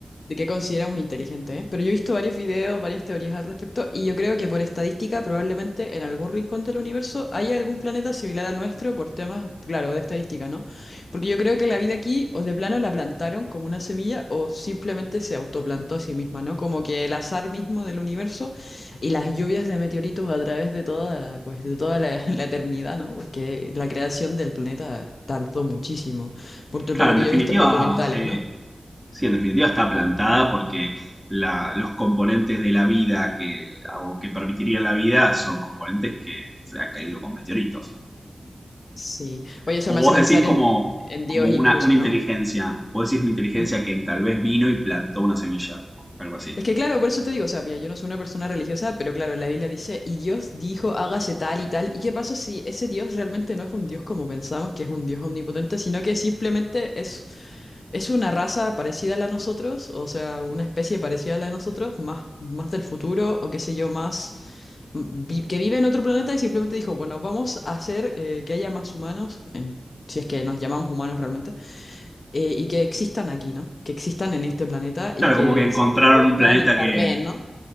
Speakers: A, on the left; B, in the centre.
A: de qué consideramos inteligente, ¿eh? Pero yo he visto varios videos, varias teorías al respecto, y yo creo que por estadística, probablemente en algún rincón del universo haya algún planeta similar al nuestro por temas, claro, de estadística, ¿no? Porque yo creo que la vida aquí, o de plano la plantaron como una semilla, o simplemente se autoplantó a sí misma, ¿no? Como que el azar mismo del universo y las lluvias de meteoritos a través de toda, pues, de toda la, <laughs> la eternidad, ¿no? Porque la creación del planeta tardó muchísimo. Por, tu-
B: Claro,
A: por lo
B: en
A: que
B: definitiva,
A: yo he visto en documentales,
B: sí.
A: ¿no?
B: Sí, en definitiva está plantada porque la- los componentes de la vida que, a vos- que permitirían la vida son componentes que se han caído con meteoritos.
A: Sí. Oye, eso
B: O
A: me hace
B: vos
A: pensar
B: decís como,
A: en, en
B: como
A: Dios
B: una,
A: incluso,
B: una inteligencia,
A: ¿no?
B: vos decís una inteligencia
A: Es,
B: que tal vez vino y plantó una semilla, algo así.
A: es que claro, por eso te digo, o sea, mira, yo no soy una persona religiosa, pero claro, la Biblia dice, y Dios dijo, hágase tal y tal. ¿Y qué pasa si ese Dios realmente no es un Dios como pensamos, que es un Dios omnipotente, sino que simplemente es, es una raza parecida a la de nosotros, o sea, una especie parecida a la de nosotros, más, más del futuro, o qué sé yo, más vi- que vive en otro planeta y simplemente dijo, bueno, vamos a hacer eh, que haya más humanos, en- si es que nos llamamos humanos realmente, eh, y que existan aquí, ¿no? Que existan en este planeta y
B: Claro,
A: que
B: como que encontraron
A: se reproduzcan
B: un planeta
A: y farmeen,
B: que,
A: ¿no?